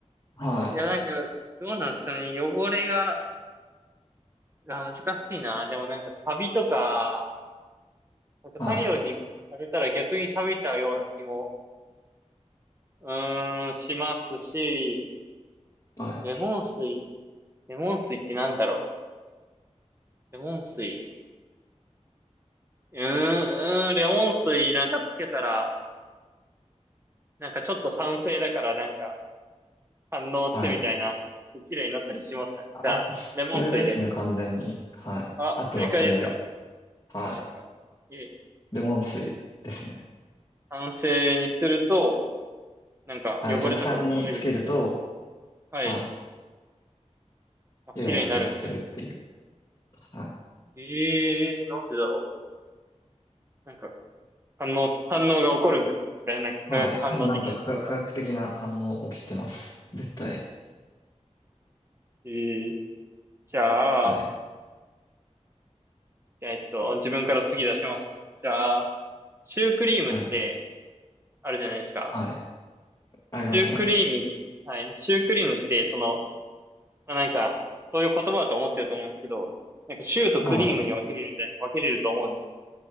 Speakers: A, on the left; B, on the right.
A: はい。
B: いやなんか、どうなんですかね。汚れが、あ、難しいな。でもなんかサビとか、なんか太陽に当てたら逆に錆びちゃうような気も、
A: はい。
B: うーん、しますし、
A: はい。
B: レモン水、レモン水ってなんだろう。レモン水。うーん、うーん、レモン水なんかつけたら、なんかちょっと酸性だからなんか反応してみたいな、
A: はい。はい
B: 綺麗になったりしますかね。
A: あー、
B: じゃあ、
A: それですね、
B: レモン水で。
A: 完全に。はい。
B: あ、
A: 合ってます、
B: 正解ですか合っ
A: それで。はい。
B: てますかいえ、
A: レモン水ですね。
B: 酸性にすると、なんか汚れとかが取れる。
A: はい。弱酸につけると、
B: はい。
A: はい。
B: あ、
A: 綺麗になったりするっていう。
B: 綺麗になるんですね。
A: はい。
B: ええーなんでだろう。なんか、反応、反応が起こるんですかね。なんか、
A: はい。
B: 化学反応的なところが。
A: 多分なんか科科学的な反応起きてます。絶対。
B: ええじゃあ、
A: はい。
B: えっと、自分から次出します。じゃあ、シュークリームって、
A: はい。
B: あるじゃないですか。
A: はい。ありますね。
B: シュークリーム、はい。シュークリームって、その、まあ、なんか、そういう言葉だと思ってると思うんですけど、なんか、シューとクリームに分けれるじゃ、
A: はい。
B: 分けれると思うんです。